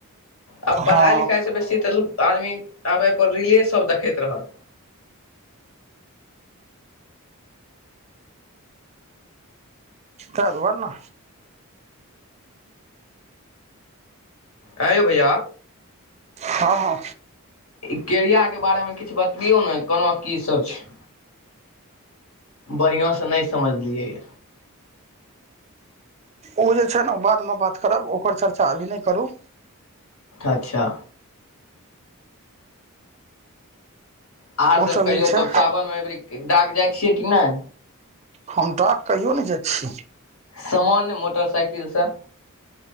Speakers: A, on the left (about 75°); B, on the right (about 30°).
A: आब पढ़ाय
B: हँ
A: लिखाय से बेसी तऽ आदमी आब अहि पर रीले सब देखैत रहत।
B: करबऽ ना।
A: ऐं यौ भैया
B: हँ हँ
A: ई केरिया के बारे मे किछु बतबियौ ने, कोना की सब छैय। बढ़ियाँ से नहि समझलियै।
B: उ जे छैय ने बाद मे बात करब, ओकर चर्चा अभी नहि करू।
A: अच्छा! आर
B: ओ
A: सब कहियौ,
B: जे छै
A: तब सावन मे एबरी डाक जाय छियै कि नहि।
B: हम डाक कहियो नहि जाय छी।
A: सामान्य मोटर साइकिल से।